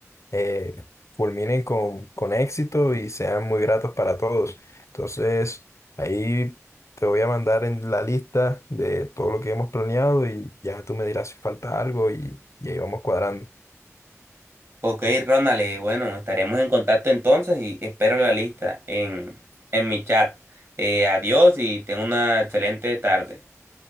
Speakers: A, on the left (about 65°); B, on the right (about 55°).
A: eh, culminen con, con éxito y sean muy gratos para todos. Entonces, ahí te voy a mandar en la lista de todo lo que hemos planeado y ya tú me dirás si falta algo y, y ahí vamos cuadrando.
B: Ok, Ronald, eh, bueno, estaremos en contacto entonces y espero la lista en, en mi chat. Eh, adiós y ten una excelente tarde.